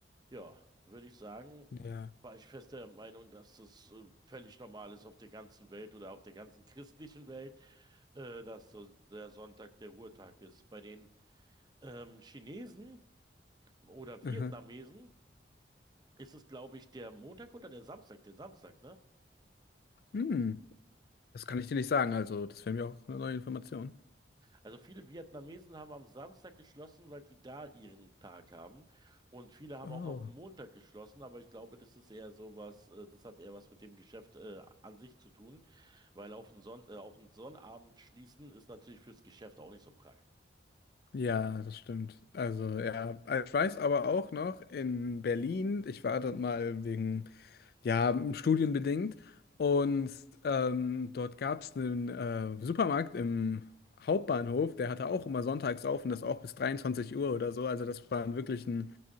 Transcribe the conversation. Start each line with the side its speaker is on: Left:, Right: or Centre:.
Right: ja, würde ich sagen,
Left: Ja.
Right: war ich fest der Meinung, dass es äh, völlig normal ist auf der ganzen Welt oder auf der ganzen christlichen Welt, äh, dass so der Sonntag der Ruhetag ist. Bei den ähm, Chinesen oder Vietnamesen
Left: Aha.
Right: ist es, glaube ich, der Montag oder der Samstag, der Samstag, ne?
Left: Hm. Das kann ich dir nicht sagen, also das wäre mir auch eine neue Information.
Right: Also viele Vietnamesen haben am Samstag geschlossen, weil die da ihren Tag haben. Und viele haben
Left: Oh.
Right: auch auf den Montag geschlossen, aber ich glaube, das ist eher so was, äh, das hat eher was mit dem Geschäft äh, an sich zu tun, weil auf den Sonn äh, auf den Sonnabend schließen ist natürlich fürs Geschäft auch nicht so prall.
Left: Ja, das stimmt. Also ja, äh, ich weiß aber auch noch in Berlin, ich war dort mal wegen, ja, studienbedingt und ähm, dort gab es einen äh, Supermarkt im Hauptbahnhof, der hatte auch immer sonntags auf und das auch bis 23 Uhr oder so. Also das war wirklich ein